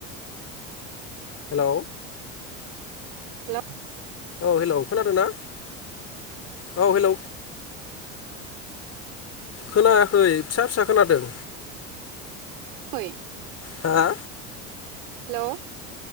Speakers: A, on the left; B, on the right.
A: हेल।
B: हेल।
A: औ हेल खोनादों ना। औ हेल। खोनायाखै फिसा फिसा खोनादों।
B: <unintelligible>
A: हा।
B: हेल'।